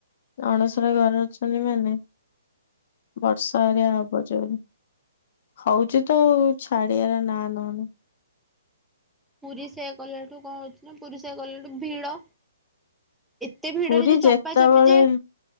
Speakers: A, on the left; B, in the centre.
A: ଅଣସର ଘରେ ଅଛନ୍ତି ମାନେ ବର୍ଷା ରେ ହବ ଜୋରେ। ହଉଛି ତ ଛାଡିବାର ନା ନଉନି।
B: ପୁରୀ ସେଆ କଲାଠୁ କଣ ଅଉଛି ନା ପୁରୀ ସେଆ କଲାଠୁ ଭିଡ। ଏତେ ଭିଡରେ
A: ପୁରୀ
B: ଯେ
A: ଯେତେବେଳେ
B: ଚପା ଚପି ଯେ